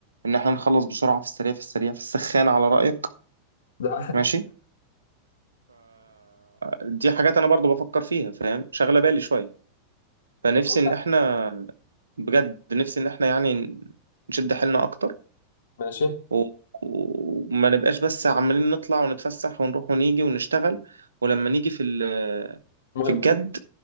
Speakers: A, on the right; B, on the left.
A: ان احنا نخلص بسرعة في السريع في السريع في السخان على رأيك
B: ده
A: ماشي دي حاجات انا برضو بفكر فيها فاهم شغلة بالي شوية فنفسي
B: <laughs> أقول
A: ان
B: لأ.
A: احنا بجد نفسي ان احنا يعني نشد حيلنا اكتر
B: ماشي
A: و- وما نبقاش بس عمالين نطلع ونتفسح ونروح ونيجي ونشتغل ولما نيجي في ال-
B: المهم
A: في الجد